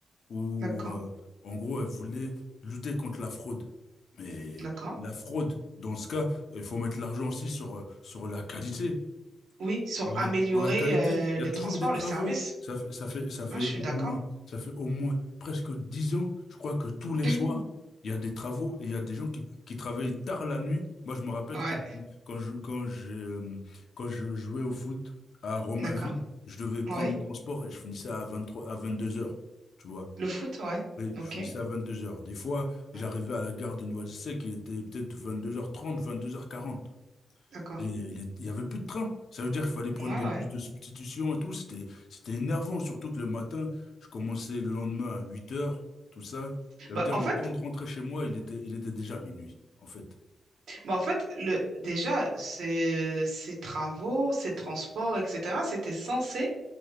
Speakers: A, on the left; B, on the right.
A: où,
B: D'accord,
A: euh, en gros, elle voulait lutter contre la fraude. Mais
B: d'accord.
A: la fraude, dans ce cas, il faut mettre l'argent aussi sur, euh, sur la qualité.
B: Oui, sur
A: Il
B: améliorer
A: y a- Pour la qualité,
B: euh,
A: il y
B: le
A: a toujours
B: transport,
A: des travaux.
B: le service.
A: Ça, fait- ça fait, ça fait
B: Moi, je suis
A: au
B: d'accord.
A: moins, ça fait au moins presque dix ans. Je crois que tous les
B: <clears throat>
A: soirs, il y a des travaux et il y a des gens qui, qui travaillent tard la nuit. Moi, je me rappelle
B: Ouais,
A: quand, quand je, quand j'ai, euh, quand je jouais au foot à Romainville,
B: d'accord.
A: je devais prendre
B: Oui.
A: les transports et je finissais à 23 à vingt-deux heures. Tu vois?
B: Le foot, ouais.
A: Oui,
B: Ok.
A: je finissais à 22 heures. Des fois, j'arrivais
B: Ouais,
A: à la gare de Noisy-le-Sec, il était peut être vingt-deux heures trente, vingt-deux heures quarante.
B: D'accord.
A: Et il est- il y avait plus de train. Ça veut dire qu'il fallait prendre
B: Ouais,
A: des
B: ouais.
A: bus de substitution et tout. C'était, c'était énervant, surtout que le matin, je commençais le lendemain à 8 heures, tout ça. Ça
B: Bah,
A: veut dire
B: en
A: le
B: fait,
A: temps de rentrer chez moi, il était, il était déjà minuit, en fait.
B: bah, en fait le, déjà, ces, ces travaux, ces transports, etc., c'était censé